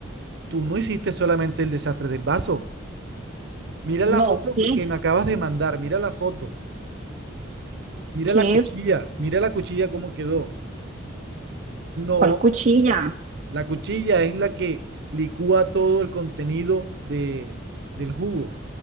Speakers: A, on the right (about 60°); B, on the right (about 40°).
A: Tú no hiciste solamente el desastre del vaso. Mira
B: no.
A: la foto
B: ¿Qué?
A: que me acabas de mandar, mira la foto. Mira
B: ¿Qué?
A: la cuchilla, mira la cuchilla cómo quedó. No,
B: ¿Cuál cuchilla?
A: la cuchilla es la que licúa todo el contenido de, del jugo.